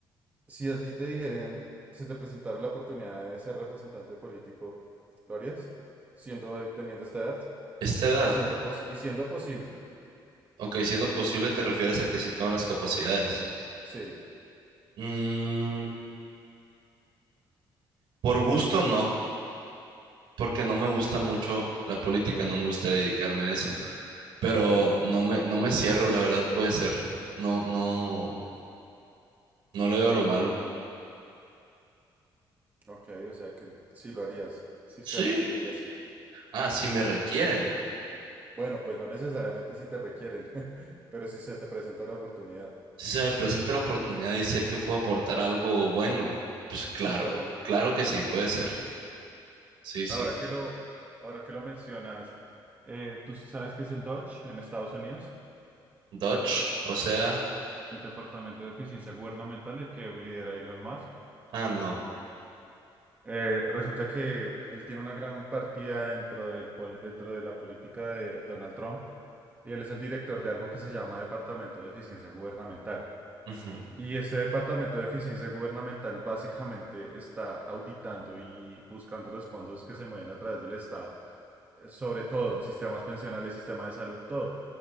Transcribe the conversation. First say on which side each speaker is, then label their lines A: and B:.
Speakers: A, on the right; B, on the right.
A: Si a ti te dijeran, se te presentara la oportunidad de ser representante político, ¿lo harías? Siendo, eh, teniendo esta edad
B: esta edad,
A: y siendo, posi- y siendo posible.
B: ok, siendo posible, te refieres a que sí tengo las capacidades.
A: Sí,
B: Mm, por gusto no, porque no me gusta mucho la política, no me gustaría dedicarme a eso, pero no me, no me cierro, la verdad, puede ser. No, no, no le veo lo malo.
A: ok, o sea que sí lo harías, si
B: Sí.
A: se requiriese.
B: Ah, si me requieren.
A: Bueno, pues no necesariamente si te requieren, <laughs> pero si se te presenta la oportunidad.
B: Si se me presenta la oportunidad y sé que puedo aportar algo bueno, pues claro,
A: Sí, claro.
B: claro que sí, puede ser. Sí, sí.
A: Ahora que lo, ahora que lo mencionas, eh, ¿tú sí sabes qué es el Dodge en Estados Unidos?
B: Dodge, o sea,
A: El Departamento de Eficiencia Gubernamental, el que lidera Elon Musk.
B: ah, no.
A: Eh, resulta que él tiene una gran partida dentro del, pol- dentro de la política de Donald Trump y él es el director de algo que se llama Departamento de Eficiencia Gubernamental.
B: Ujú.
A: Y este Departamento de Eficiencia Gubernamental básicamente está auditando y buscando los fondos que se mueven a través del Estado, eh, sobre todo sistemas pensionales, sistema de salud, todo.